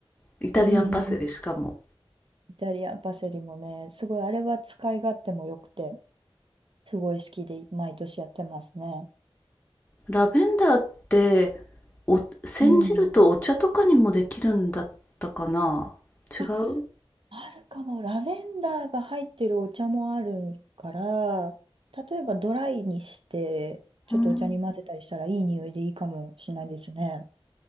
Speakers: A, on the left; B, on the right.
A: イタリアンパセリしかも。
B: うん、イタリアンパセリもね、すごい、あれは使い勝手も良くて、すごい好きで、毎年やってますね。
A: ラベンダーってお、煎じるとお茶とかにもできるんだったかな違う
B: うん。あ、あるかも。ラベンダーが入ってるお茶もあるから、例えばドライにして、ちょっとお茶に混ぜたりしたらいい匂いでいいかもしれないですね。
A: うん。